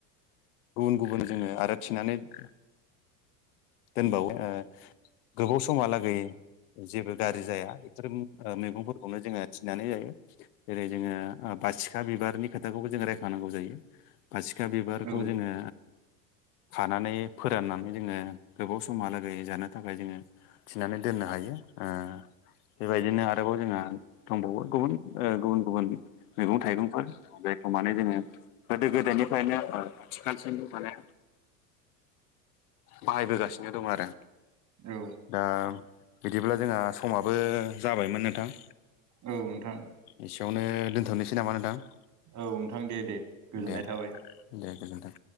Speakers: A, on the left; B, on the right.
A: गुबुन गुबुन जोङो आरो थिनानै दोनबावो ओ गोबाव समहालागै जेबो गाज्रि जाया बेफोर मैगंफोरखौनो जोङो थिनानै जायो। जेरै जोङो बासिखा बिबारनि खोथाखौबो जोंङ रायखानांगौ जायो बासिखा बिबार
B: औ
A: खौ जोङो खानानै फोराननानै जोङो गोबाव समहालागै जानो थाखाय जोङो थिनानै दोननो हायो ‌ओ बेबायदिनो आरोबाव जोंहा दंबावो गुबुन ओ गुबुन गुबुन मैगं थाइगंफोर जायखौ माने जोङो गोदो गोदायनिफ्रायनो थिखानसबो माने बाहायबोगासिनो दं आरो।
B: औ
A: दा बिदिब्ला जोंहा समाबो जाबायमोन नोंथां।
B: औ नोंथां
A: एसेयावनो दोनथ'नोसै नामा नोंथां?
B: औ नोंथां दे दे गोजोननाय
A: दे
B: थाबाय
A: दे गोजोन्थों।